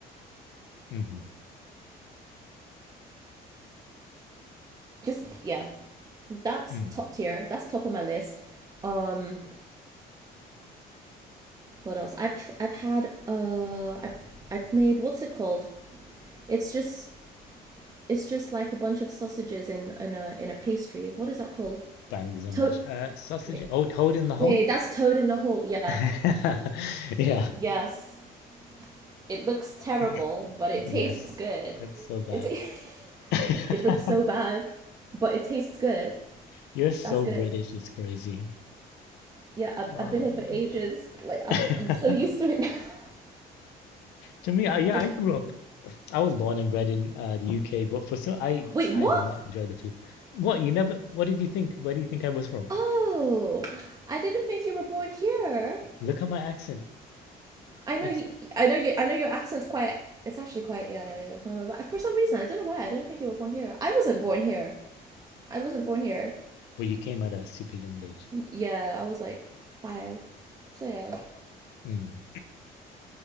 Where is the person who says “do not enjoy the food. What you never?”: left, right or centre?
Left